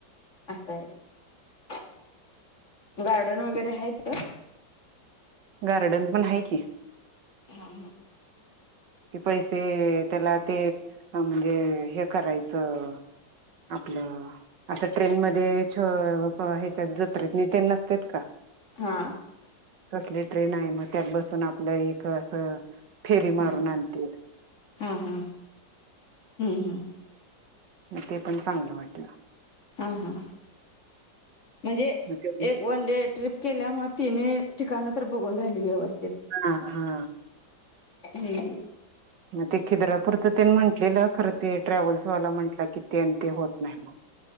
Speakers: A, on the left; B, on the right.
A: असं आहे, गार्डन वगैरे आहेत का?
B: गार्डन पण आहे की.
A: हा
B: कि पैसे त्याला ते म्हणजे हे करायचं, आपलं असं ट्रेन मध्ये ह्याच्यात जत्रेत नितेन नसतात का?
A: हा.
B: कसली ट्रेन आहे मग त्यात बसून आपलं एक असं फेरी
A: हा
B: मारून आणते.
A: हा, हा! हम्म, हम्म!
B: मग ते पण चांगलं वाटलं.
A: हा हा म्हणजे
B: मग ते
A: एक वन डे ट्रिप केल्यामुळे तिन्ही ठिकाण तर बघून झाली व्यवस्था
B: हा हा.
A: हम्म हम्म.
B: मग ते खिद्रापूरचनी म्हटलेलं खर ते ट्रॅव्हल्स वाला म्हंटलं की ते ते होत नाही. मग